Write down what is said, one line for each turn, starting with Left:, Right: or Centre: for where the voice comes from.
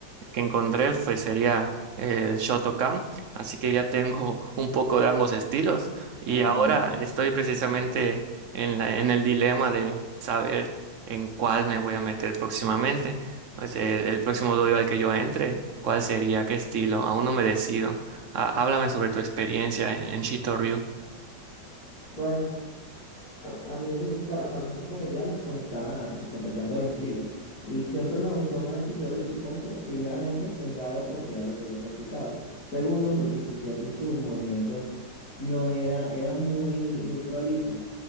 Right: que encontré, pues sería eh, Shotokan. Así que ya tengo <laughs> un poco de ambos estilos. Y
Left: ah,
Right: ahora estoy precisamente en la, en el dilema de saber en cuál me voy a meter próximamente. O sea, el, el próximo doyo al que yo entre, ¿cuál sería? ¿Qué estilo? Aún no me decido. Ah, háblame sobre tu experiencia en, en Shito Ryu.
Left: bueno, a mí, claro, cuando nosotros competíamos, pues estaba, se competían todos los estilos. Y siempre me gustó más el Shitoryu, supongo que primeramente sesgado porque era lo que yo practicaba. Segundo, porque sentía que sus movimientos no era, eran muy, muy prolijos,